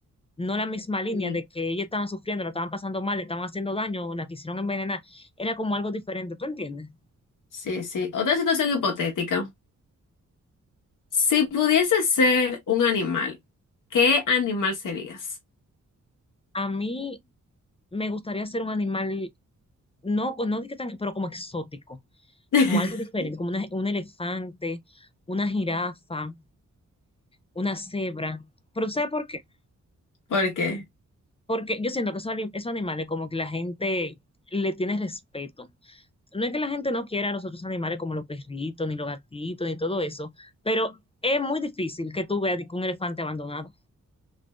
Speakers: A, on the left (about 20°); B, on the left (about 80°).
A: no la misma línea
B: Sí,
A: de que ellos estaban sufriendo, la estaban pasando mal, le estaban haciendo daño, la quisieron envenenar, era como algo diferente, ¿tú entiendes?
B: sí. sí. Otra situación hipotética. Si pudiese ser un animal, ¿qué animal serías?
A: A mí me gustaría ser un animal, no, no digo que tan, pero como exótico,
B: <laughs>
A: como algo diferente, como una- un elefante, una jirafa, una cebra, pero ¿tú ¿sabes por qué?
B: ¿Por qué?
A: Porque yo siento que esos, ali- esos animales como que la gente le tiene respeto. no es que la gente no quiera a los otros animales como los perritos, ni los gatitos, ni todo eso, pero es muy difícil que tú veas un elefante abandonado.